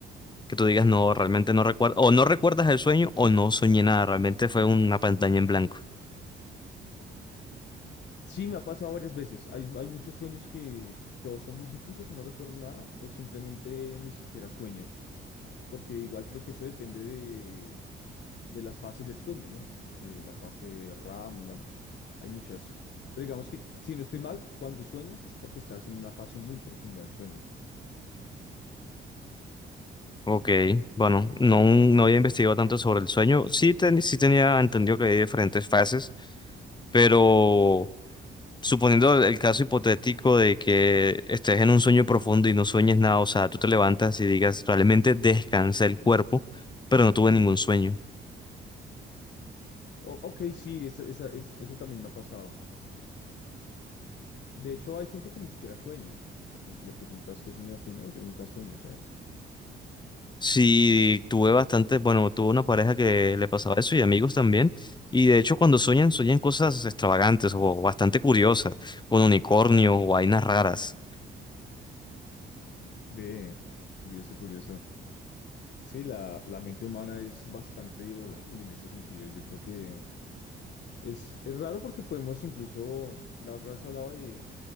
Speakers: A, on the left (about 20°); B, on the left (about 65°).
A: que tú digas, no, realmente no recuerdo, o no recuerdas el sueño, o no soñé nada, realmente fue una pantalla en blanco.
B: Sí, me ha pasado varias veces, hay, hay muchos sueños que, que o son muy difusos o no recuerdo nada, o simplemente ni siquiera sueño. porque igual creo que eso depende de, de las fases del sueño, ¿no? Eh, la fase RAM, bueno, hay muchas. Pero digamos que, si no estoy mal, cuando sueñas es porque estás en una fase muy profunda del sueño.
A: Ok, bueno, no, no había investigado tanto sobre el sueño. Sí, ten- sí tenía entendido que hay diferentes fases, pero suponiendo el, el caso hipotético de que estés en un sueño profundo y no sueñes nada, o sea, tú te levantas y digas, realmente descansé el cuerpo, pero no tuve ningún sueño.
B: O- ok, sí, esa, esa- es, eso también me ha pasado. De hecho, hay gente que ni siquiera sueña. O sea, como que le preguntas qué soñaste y no, yo nunca sueño. O sea,
A: Sí, tuve bastante, bueno, tuve una pareja que le pasaba eso y amigos también, y de hecho cuando sueñan, sueñan cosas extravagantes o bastante curiosas, con unicornios o vainas raras.
B: ve, curioso, curioso. Sí, la, la mente humana es bastante volátil en ese sentido. Yo creo que Es, es raro porque podemos incluso, la otra vez hablaba de,